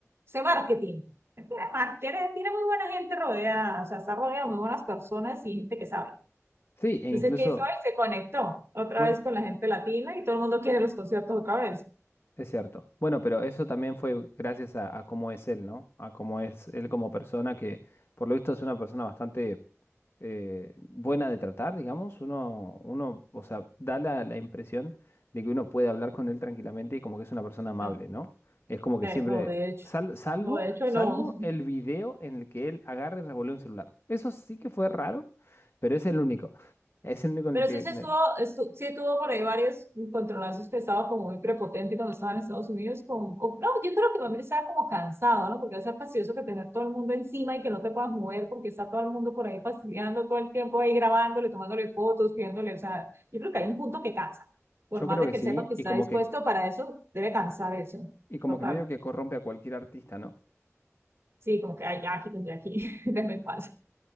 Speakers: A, on the right; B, on the left.
A: ese marketing. Tiene, mar- tiene tiene muy buena gente rodeada, o sea, está rodeado de muy buenas personas y gente que sabe.
B: Sí, e
A: Entonces,
B: incluso...
A: ¿qué hizo él? Se conectó otra
B: Bueno,
A: vez con la gente latina y todo el mundo quiere los conciertos otra vez.
B: Es cierto. Bueno, pero eso también fue gracias a, a cómo es él, ¿no? A cómo es él como persona, que por lo visto es una persona bastante eh, buena de tratar, digamos. Uno, uno, o sea, da la, la impresión de que uno puede hablar con él tranquilamente y como que es una persona amable,
A: No,
B: ¿no? Es como que
A: de,
B: siempre,
A: no, de hecho,
B: sal- salvo,
A: no, de hecho
B: salvo
A: no.
B: el video en el que él agarra y revuelve un celular. Eso sí que fue raro, pero es el único. Es el único en
A: Pero
B: el que
A: sí se
B: me-
A: estuvo, estu- sí tuvo por ahí varios controlazos que estaba como muy prepotente cuando estaba en Estados Unidos. Con, o- no, yo creo que también estaba como cansado, ¿no? Porque es fastidioso que tener todo el mundo encima y que no te puedas mover porque está todo el mundo por ahí fastidiando todo el tiempo ahí grabándole, tomándole fotos, pidiéndole. O sea, yo creo que hay un punto que cansa. Por
B: Yo
A: más
B: creo
A: de
B: que
A: que
B: sí,
A: él sepa que está
B: y como
A: dispuesto
B: que,
A: para eso, debe cansar eso.
B: y como
A: Total.
B: que medio que corrompe a cualquier artista, ¿no?
A: Sí, como que ay, ya aquí tendré aquí, <laughs> déjame paso.